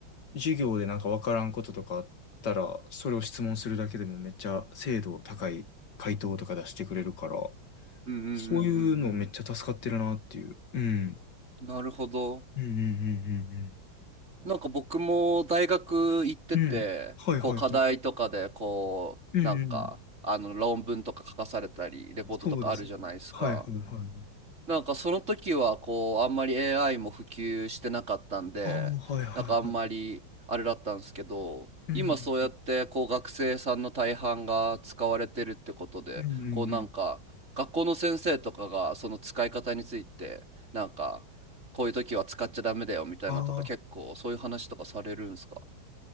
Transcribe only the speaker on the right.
うんうんうんう
ん
うん。なるほど。
なんか僕も大学行ってて、
こう課題とかで、こう、
なんか、あの論文とか書かされたり、レポートとかあるじゃないですか。
なんかその時はこうあんまり AI も普及してなかったんでなんかあんまりあれだったんですけど今そうやってこう学生さんの大半が使われてるってことでこうなんか学校の先生とかがその使い方についてなんかこういう時は使っちゃダメだよみたいなとか結構そういう話とかされるんですか